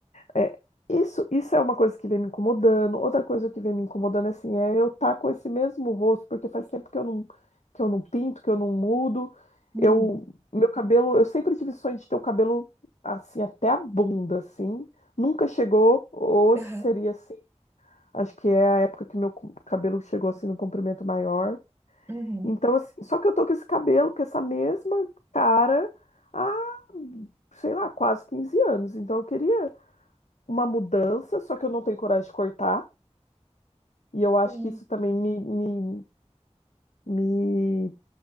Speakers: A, on the left (about 75°); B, on the right (about 20°).
A: é, isso, isso é uma coisa que vem me incomodando. Outra coisa que vem me incomodando, assim, é eu estar com esse mesmo rosto, porque faz tempo que eu não, que eu não pinto, que eu não mudo.
B: Uhum,
A: Eu, meu cabelo, eu sempre tive sonho de ter o cabelo, assim, até a bunda, assim. Nunca chegou, hoje
B: aham,
A: seria assim. Acho que é a época que meu cu- cabelo chegou, assim, no comprimento maior.
B: uhum,
A: Então, assim, só que eu tô com esse cabelo, com essa mesma cara, há, sei lá, quase 15 anos. Então, eu queria uma mudança, só que eu não tenho coragem de cortar. E eu acho
B: uhum,
A: que isso também me, me, me,